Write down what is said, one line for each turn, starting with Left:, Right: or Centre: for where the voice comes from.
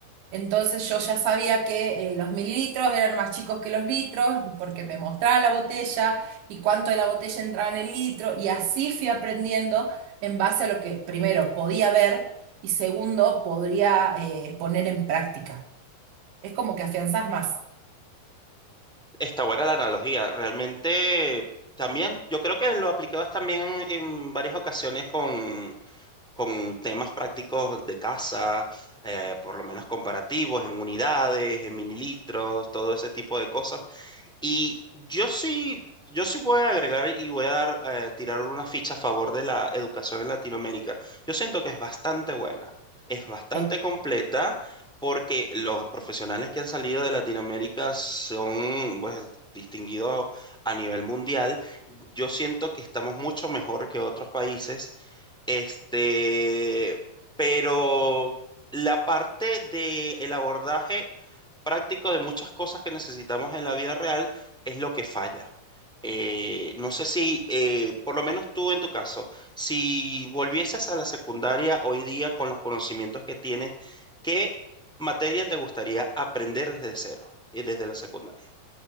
Right: Entonces yo ya sabía que eh, los mililitros eran más chicos que los litros porque me mostraba la botella y cuánto de la botella entraba en el litro y así fui aprendiendo en base a lo que primero podía ver y segundo podría eh, poner en práctica. Es como que afianzás más.
Centre: Está buena la analogía. Realmente también, yo creo que lo aplicabas también en varias ocasiones con, con temas prácticos de casa, eh, por lo menos comparativos, en unidades, en mililitros, todo ese tipo de cosas. Y yo sí, yo sí voy a agregar y voy a dar, eh, tirar una ficha a favor de la educación en Latinoamérica. Yo siento que es bastante buena, es bastante
Right: Sí.
Centre: completa, porque los profesionales que han salido de Latinoamérica son, pues, distinguidos a nivel mundial. Yo siento que estamos mucho mejor que otros países este, pero la parte de el abordaje práctico de muchas cosas que necesitamos en la vida real es lo que falla. Eh, no sé si, eh, por lo menos tú en tu caso, si volvieses a la secundaria hoy día con los conocimientos que tienes, ¿qué materia te gustaría aprender desde cero y desde la secundaria?